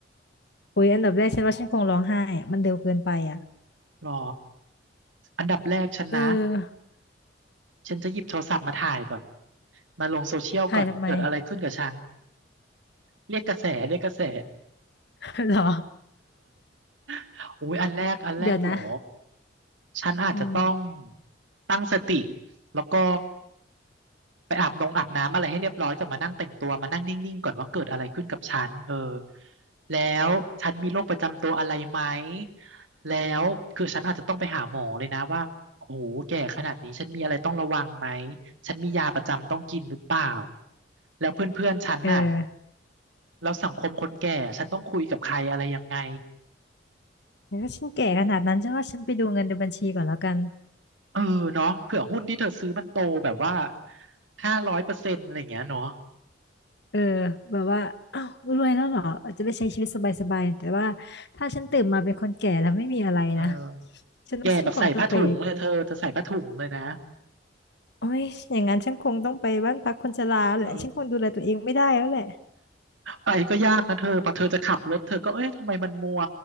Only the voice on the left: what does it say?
โอ้ยอันดับแรกฉันว่าฉันคงร้องไห้อะมันเร็วเกินไปอ่ะ
เออ
ถ่ายทำไม
<laughs> เหรอ
เดี๋ยวนะ
อืม
เออ
แต่ถ้าฉันแก่ขนาดนั้นฉันว่าฉันไปดูเงินในบัญชีก่อนแล้วกัน
เออแบบว่าอ้าวรวยแล้วเหรออาจจะไปใช้ชีวิตสบายๆแต่ว่าถ้าฉันตื่นมาเป็นคนแก่แล้วไม่มีอะไรนะ
ฉันว่าฉันคงต้องไปโอ้ยอย่างนั้นฉันคงต้องไปบ้านพักคนชราแหละฉันคงดูแลตัวเองไม่ได้แล้วแหละ